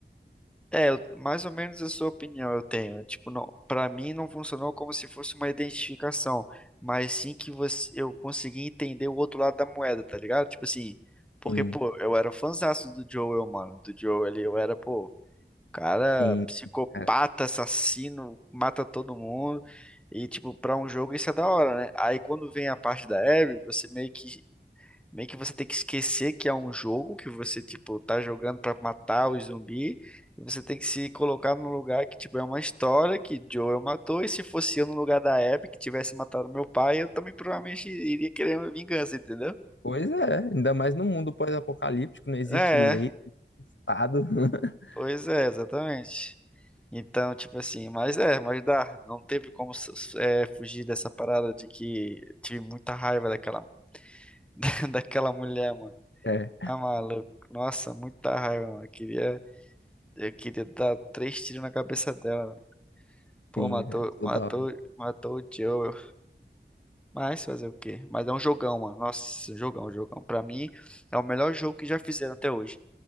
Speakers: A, in the centre; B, on the left (about 85°).
A: É, eu- mais ou menos a sua opinião eu tenho. Tipo, não, para mim não funcionou como se fosse uma identificação, mas sim que você, eu consegui entender o outro lado da moeda, tá ligado? Tipo assim, porque,
B: Sim,
A: pô, eu era fãzaço do Joel, mano. Do Joel ali, eu era, pô, cara
B: sim,
A: psicopata,
B: sim, cara.
A: assassino, mata todo mundo. E, tipo, pra um jogo isso é da hora, né? Aí quando vem a parte da Abby, você meio que Meio que você tem que esquecer que é um jogo que você, tipo, tá jogando pra matar o zumbi. E você tem que se colocar num lugar que, tipo, é uma história que Joel matou. E se fosse eu no lugar da Abby, que tivesse matado meu pai, eu também provavelmente iria querer uma vingança, entendeu?
B: Pois é, ainda mais no mundo pós-apocalíptico, não existe
A: É,
B: lei, não existe Estado. <laughs>
A: pois é, exatamente. Então, tipo assim, mas é, mas dá. Não teve como s- s- é, fugir dessa parada de que tive muita raiva daquela, <laughs> daquela mulher, mano.
B: É,
A: Ah, maluco. Nossa, muita raiva, mano. Queria. Eu queria dar três tiros na cabeça dela. velho. Pô,
B: sim,
A: matou,
B: velho, toda
A: matou,
B: hora.
A: matou o Joel. Mas fazer o quê? Mas é um jogão, mano. Nossa, um jogão, um jogão. Pra mim, é o melhor jogo que já fizeram até hoje.